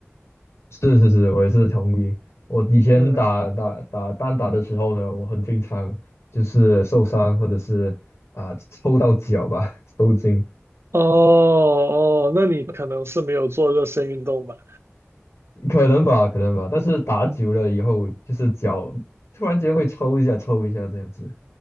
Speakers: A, on the left (about 75°); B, on the right (about 65°).
A: 是是是，我也是同意。我以前打打打单打的时候呢，
B: 嗯，
A: 我很经常就是受伤或者是啊、抽到脚吧，<laughs> 抽筋，
B: 哦哦，那你可能是没有做热身运动吧？
A: 可能吧，可能吧。但是打久了以后，就是脚突然间会抽一下，抽一下这样子，